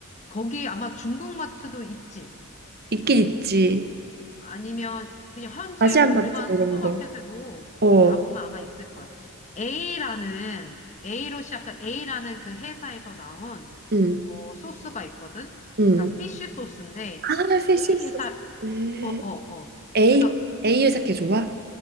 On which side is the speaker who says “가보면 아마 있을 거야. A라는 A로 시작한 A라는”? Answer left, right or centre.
Left